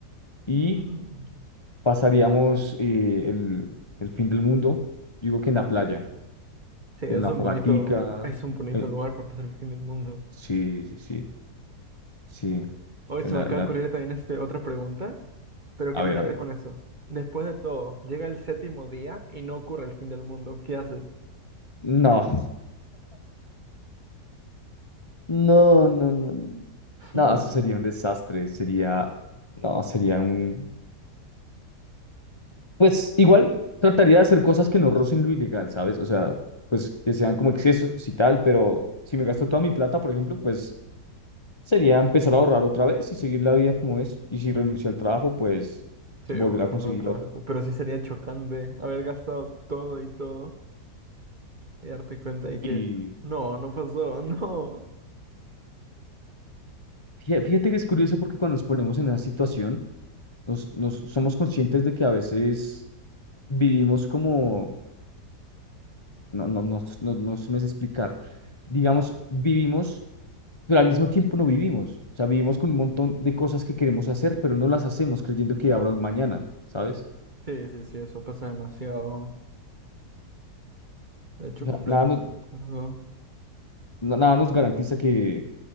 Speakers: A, on the left; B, on the right.
A: Y
B: <laughs>
A: pasaríamos eh, el, el fin del mundo, digo que en la playa,
B: Sí,
A: con
B: es
A: una
B: un
A: fogatica.
B: bonito, es un bonito
A: eh,
B: lugar para pasar el fin del mundo.
A: sí, sí, sí, sí.
B: Oye,
A: en
B: se
A: la,
B: me acaba
A: en la-
B: de ocurrir también este, otra pregunta, pero
A: a
B: ¿qué
A: ver,
B: tiene
A: a
B: que
A: ver.
B: ver con eso? Después de todo, llega el séptimo día y no ocurre el fin del mundo. ¿Qué haces?
A: No, no, no, no, no.
B: Hmm,
A: No, eso sería un desastre, sería, no, sería un, pues igual trataría de hacer cosas que no rocen lo ilegal, ¿sabes? O sea, pues que sean como excesos y tal, pero si me gasto toda mi plata, por ejemplo, pues sería empezar a ahorrar otra vez y seguir la vida como es. Y si renuncio al trabajo, pues
B: Sí,
A: volver
B: buscan
A: a conseguir
B: otra.
A: otro.
B: Pero sí sería chocante haber gastado todo y todo y darte cuenta de
A: Y
B: que no, no pasó, <laughs> no.
A: fíjate, fíjate que es curioso porque cuando nos ponemos en esa situación, nos, nos somos conscientes de que a veces vivimos como, no, no, no, no, no se me sé explicar digamos, vivimos pero al mismo tiempo no vivimos. O sea, vivimos con un montón de cosas que queremos hacer, pero no las hacemos creyendo que habrá un mañana, ¿sabes?
B: Sí, sí, sí, eso pasa demasiado. De hecho,
A: O sea,
B: completamente
A: nada nos,
B: de acuerdo.
A: na- nada nos garantiza que,